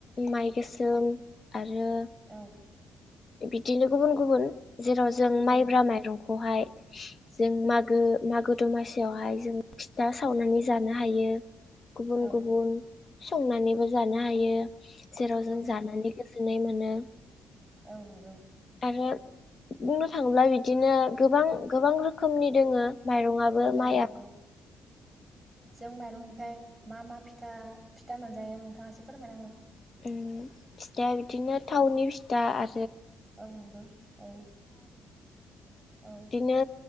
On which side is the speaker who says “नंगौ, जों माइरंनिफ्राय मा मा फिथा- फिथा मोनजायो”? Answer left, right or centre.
Centre